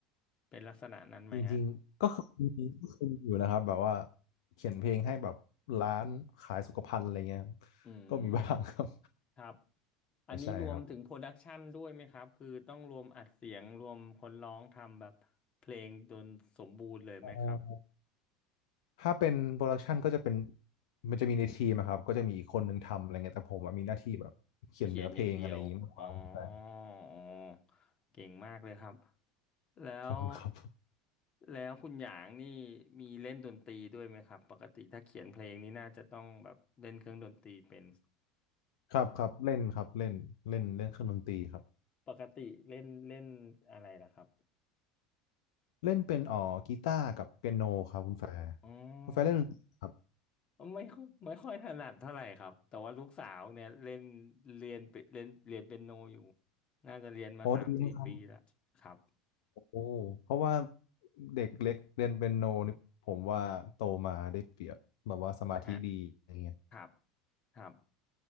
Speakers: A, on the left; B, on the left.
A: เป็นลักษณะนั้นไหมฮะ
B: จริงๆก็เคยมีก็เคยมีอยู่นะครับแบบว่าเขียนเพลงให้แบบร้านขายสุขภัณฑ์อะไรเงี้ยครับ
A: อืม
B: ก็มีบ้างครับ
A: ครับอันนี้รวมถึงโปรดักชันด้วยไหมครับคือต้องรวมอัดเสียงรวมคนร้องทำแบบเพลงจนสมบูรณ์เลยไหมครับ
B: ใช่ใช่ครับอ๋อถ้าเป็นโปรดักชันก็จะเป็นมันจะมีในทีมอะครับก็จะมีอีกคนนึงทำอะไรเงี้ยแต่ผมอะมีหน้าที่แบบเขียนเนื้อเพลงอะไรอย่างงี้มากกว่าคุณแต่
A: เขียนอย่างเดียวอ๋ออ๋อเก่งมากเลยครับ แล้ว
B: ขอครับ
A: แล้วคุณหยางนี่มีเล่นดนตรีด้วยไหมครับปกติถ้าเขียนเพลงนี่น่าจะต้องแบบเล่นเครื่องดนตรีเป็น
B: ครับครับเล่นครับเล่นเล่นเล่นเครื่องดนตรีครับ
A: ปกติเล่นเล่นอะไรล่ะครับ
B: เล่นเป็นอ๋อกีตาร์กับเปียโนครับคุณแฟร์
A: อ๋อ
B: คุณแฟร์เล่นดนตรีครับ
A: ไม่ค่อยไม่ค่อยถนัดเท่าไหร่ครับแต่ว่าลูกสาวเนี่ยเล่นเรียนเปเล่นเรียนเปียโนอยู่น่าจะเรียนมาสามสี่ปีแล้วครับ
B: โอ้อดีครับโอ้เพราะว่าเด็กเล็กเรียนเปียโนนี่ผมว่าโตมาได้เปรียบแบบว่าสมาธิดีอะไรเงี้ย
A: ฮะครับครับ